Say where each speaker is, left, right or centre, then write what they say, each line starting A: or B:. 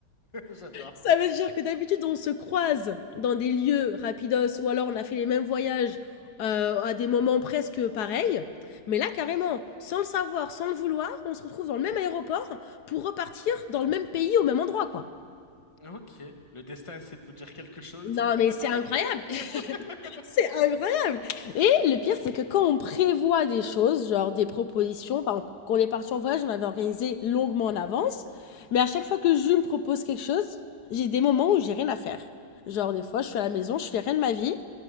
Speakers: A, on the left; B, on the left.
A: <laughs> j'adore.
B: Ça veut dire que d'habitude, on se croise dans des lieux rapidos ou alors on a fait les mêmes voyages euh, à des moments presque pareils. Mais là, carrément, sans le savoir, sans le vouloir, on se retrouve dans le même aéroport pour repartir dans le même pays au même endroit, quoi.
A: Ok, le destin essaie de vous dire quelque chose.
B: Non, mais c'est incroyable.
A: <laughs>
B: C'est incroyable! Et le pire, c'est que quand on prévoit des choses, genre des propositions, par exemple, quand on est parti en voyage, on avait organisé longuement en avance, mais à chaque fois que je me propose quelque chose, j'ai des moments où j'ai rien à faire. Genre, des fois, je suis à la maison, je fais rien de ma vie,